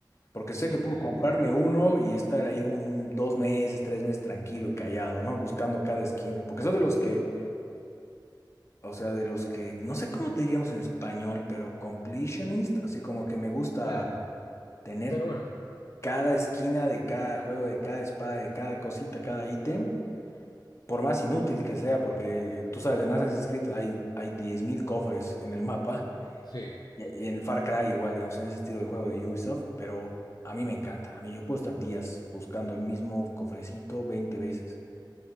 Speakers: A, on the left; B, on the left.
A: Porque sé
B: Excelente.
A: que puedo comprarme uno y estar ahí un, un- dos meses, tres meses tranquilo y callado, ¿no? Buscando cada esquina. Porque soy de los que O sea, de los que, no sé cómo te diríamos en español, pero completionist, así como que me gusta
B: Bueno,
A: tener
B: pero bueno,
A: cada esquina de cada juego, de cada espada, de cada cosita, cada ítem, por más inútil que sea, porque eh, tú sabes, en Assassin's Creed hay, hay 10.000 cofres en el mapa,
B: sí.
A: y en el Far Cry igual, digamos, en ese estilo de juego de Ubisoft, pero a mí me encanta, a mí yo puedo estar días buscando el mismo cofrecito 20 veces.